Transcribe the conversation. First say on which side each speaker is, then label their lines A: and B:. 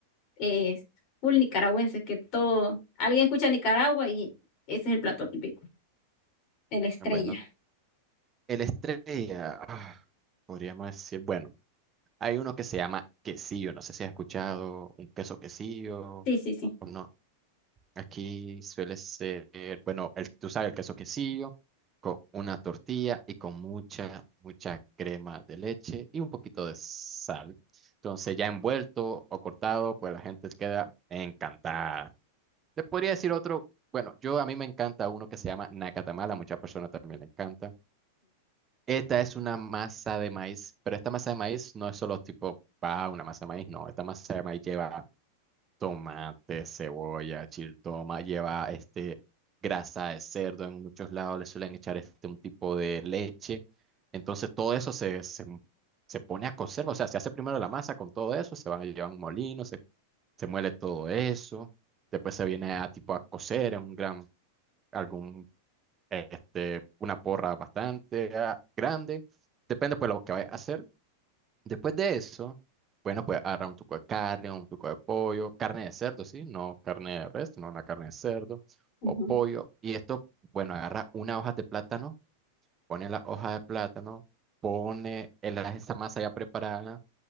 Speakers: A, on the left (about 45°); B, on the right (about 20°).
A: eh, full nicaragüenses, que todo, alguien escucha Nicaragua y ese es el plato típico, el estrella.
B: Bueno, el estrella, ah, podríamos decir, bueno. Hay uno que se llama quesillo, no sé si has escuchado un queso quesillo
A: Sí, sí, sí.
B: o no. Aquí suele ser, bueno, el, tú sabes, el queso quesillo con una tortilla y con mucha, mucha crema de leche y un poquito de sal. Entonces, ya envuelto o cortado, pues la gente queda encantada. Te podría decir otro, bueno, yo a mí me encanta uno que se llama nacatamala, a muchas personas también le encanta. Esta es una masa de maíz, pero esta masa de maíz no es solo tipo, ah, una masa de maíz, no. Esta masa de maíz lleva tomate, cebolla, chiltoma, lleva este grasa de cerdo. En muchos lados le suelen echar este un tipo de leche. Entonces todo eso se, se, se pone a cocer, o sea, se hace primero la masa con todo eso, se van a llevar a un molino, se, se muele todo eso. Después se viene a tipo a cocer en un gran, algún este, una porra bastante ah, grande, depende pues lo que vayas a hacer. Después de eso, bueno, pues agarrar un tuco de carne, un tuco de pollo, carne de cerdo, sí, no carne de res, no una carne de cerdo
A: Ujú.
B: o pollo. Y esto, bueno, agarra una hoja de plátano, pone la hoja de plátano, pone el- esa masa ya preparada,